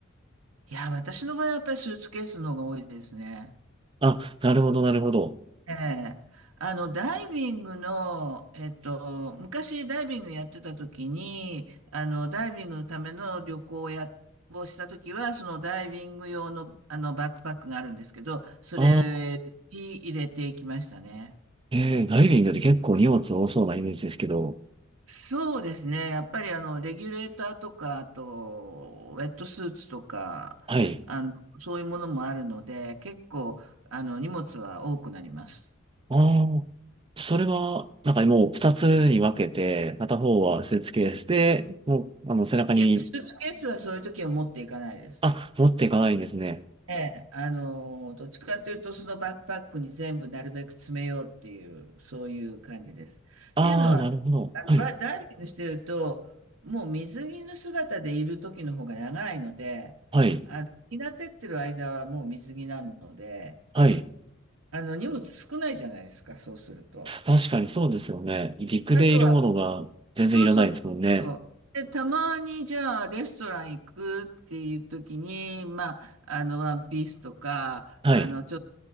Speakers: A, on the right (about 80°); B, on the right (about 25°).
A: いや、私の場合はやっぱりスーツケースの方が多いですね。
B: あ、なるほど、なるほど。
A: ええ。あの、ダイビングの、えっと、昔ダイビングやってた時に、あの、ダイビングのための旅行をや、をした時は、そのダイビング用の、あの、バックパックがあるんですけど、それに入れていきましたね。
B: あー、えー、ダイビングって結構荷物多そうなイメージですけど、
A: そうですね。やっぱりあの、レギュレーターとか、あと、ウェットスーツとか、
B: はい。
A: あの、そういうものもあるので、結構、あの、荷物は多くなります。
B: ああ、それは、なんかもう二つに分けて、片方はスーツケースで、もう、あの、背中に、
A: いや、スーツケースはそういう時は持っていかないです。
B: あ、持っていかないんですね。
A: ええ、あの、どっちかというと、そのバックパックに全部なるべく詰めようっていう、そういう感じです。
B: ああ、
A: っていうのは、
B: なるほど。
A: あの、
B: はい、
A: バ、ダイビングしてると、もう水着の姿でいる時の方が長いので、
B: はい、
A: あの、日が照ってる間はもう水着なので、
B: はい。
A: あの、荷物少ないじゃないですか、そうすると。
B: 確かにそうですよね。陸でいるものが全然いらないですもんね。
A: あとは、そうそうそうそう。で、たまにじゃあレストラン行くっていう時に、まあ、あの、ワンピースとか、
B: はい。
A: あの、ちょっと